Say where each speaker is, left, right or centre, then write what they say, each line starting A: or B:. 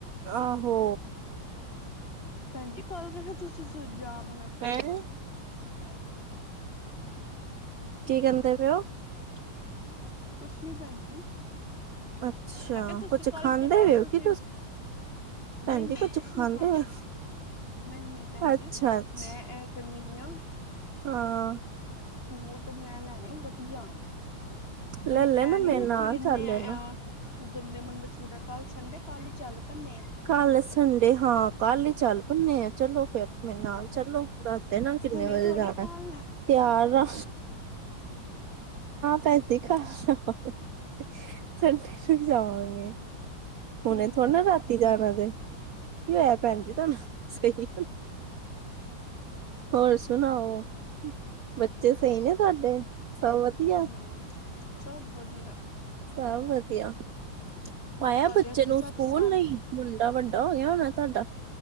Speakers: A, on the right (about 85°); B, on the left (about 30°).
A: ਆਹੋ
B: ਭੈਣਜੀ ਕੱਲ ਮੈਂ ਕਿਹਾ ਤੁਸੀਂ ਸਵੇਰੇ ਜਾਗਣਾ।
A: ਹੈਂ‌।
B: ਕਿਆ ਆ
A: ਕੀ ਕਹਿੰਦੇ
B: ਦਿਮਾਗ
A: ਪਏ ਹੋ
B: ਨਹੀਂ। <unintelligible> ਕੁਛ ਨੀ ਭੈਣ ਜੀ।
A: ਅੱਛਾ
B: ਮੈਂ ਕਿਹਾ ਤੁਸੀਂ
A: ਕੁੱਝ
B: ਕੱਲ
A: ਖਾਂਦੇ
B: ਕਿਹੜਾ
A: ਪਏ ਹੋ
B: ਤੁਸੀਂ।
A: ਕੀ ਭੈਣ
B: ਨਹੀਂ
A: ਜੀ
B: ਨਹੀਂ
A: ਕੁੱਝ
B: ਕੁਛ
A: ਖਾਂਦੇ
B: ਨੀ ਕਰ
A: ਹੋ
B: ਨਹੀਂ ਨਹੀਂ ਭੈਣ
A: ਅੱਛਾ
B: ਜੀ
A: ਅੱਛਾ
B: ਮੈਂ ਇਹ। ਚਲੀ ਦੀਆਂ।
A: ਹਾਂ।
B: ਸੂਟ ਮੈਂ ਲੈਣੇ ਵਧੀਆ। ਕੋਈ
A: ਲੈ ਲੈਣਾ
B: ਐਂ ਨੀ
A: ਮੇਰੇ
B: ਹੈ
A: ਨਾਲ
B: ਕਿ ਕਿੰਨੇ
A: ਚੱਲ ਲੈਣਾ
B: ਐਂ। ਗੰਦੇ ਮੰੰਦੇ ਸੂਟ ਹੈ। ਕੱਲ੍ਹ ਸੰਡੇ ਕੱਲ ਹੀ ਚੱਲ ਪਣੇ ਆ।
A: ਕੱਲ ਸੰਡੇ ਹਾਂ ਕੱਲ ਹੀ ਚੱਲ ਪਣੇ ਆ ਚਲੋ ਫੇਰ ਮੇਰੇ ਨਾਲ ਚੱਲੋ। ਦੱਸ ਦੇਣਾ ਕਿੰਨੇ
B: ਹੁਣੇ
A: ਵਜੇ
B: ਥੋੜ੍ਹੀ
A: ਜਾਣਾ।
B: ਕੱਲ
A: ਤਿਆਰ ਹਾਂ ਪੈਸੇ। ਖ਼ਰਚ ਜਾਵਾਂਗੇ ਸੰਡੇ ਨੂੰ ਹੀ ਜਾਵਾਂਗੇ। ਹੁਣੇ
B: ਹੂੰ,
A: ਥੋੜਾ ਨਾ ਰਾਤੀ ਜਾਣਾ ਜੇ ਕੀ ਹੋਇਆ ਭੈਣ ਜੀ ਤੁਹਾਨੂੰ ਸਹੀ। ਹੋਰ ਸੁਣਾਓ। ਬੱਚੇ ਸਹੀ ਨੇ ਤੁਹਾਡੇ ਸਭ ਵਧੀਆ।
B: ਹੂੰ ਸਭ ਵਧੀਆ।
A: ਸਭ ਵਧੀਆ। ਪਾਇਆ
B: ਹੋਰ ਤੁਹਾਡੇ
A: ਬੱਚੇ
B: ਉੱਥੇ
A: ਨੂੰ
B: ਸਭ
A: ਸਕੂਲ
B: ਸਾਰਾ
A: ਨਹੀਂ ਮੁੰਡਾ ਵੱਡਾ ਹੋ ਗਿਆ ਹੋਣਾ ਤੁਹਾਡਾ।